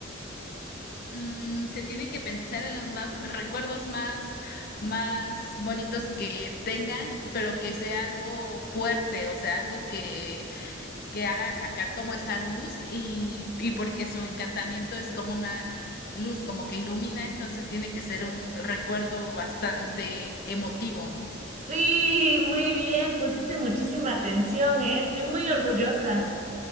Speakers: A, on the left (about 50°); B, on the right (about 40°).
A: Mm, se tiene que pensar en los más recuerdos más, más bonitos que tengan, pero que sea algo fuerte, o sea, algo que, que haga sacar como esa luz y, y porque su encantamiento es como una luz, como que ilumina, entonces tiene que ser un recuerdo bastante emotivo.
B: Sí, muy bien, pusiste muchísima atención, ¿eh? Estoy muy orgullosa.